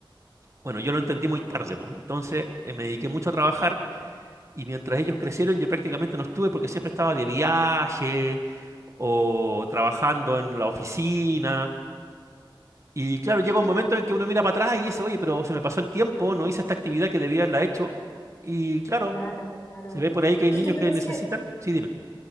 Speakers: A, on the right (about 35°); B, on the left (about 30°).
A: Bueno, yo lo entendí muy
B: perfecto,
A: tarde, pues. Entonces eh, me dediqué mucho a trabajar y mientras ellos crecieron yo prácticamente no estuve porque siempre estaba de viaje o trabajando en la oficina. Y claro, llega un
B: claro,
A: momento en que uno mira para atrás y dice, oye, pero se me pasó el tiempo, no hice esta actividad que debía haberla hecho. Y claro,
B: claro, claro.
A: se ve por ahí que
B: ¿Y
A: hay niños
B: tú crees
A: que necesitan.
B: que,
A: Sí, dime.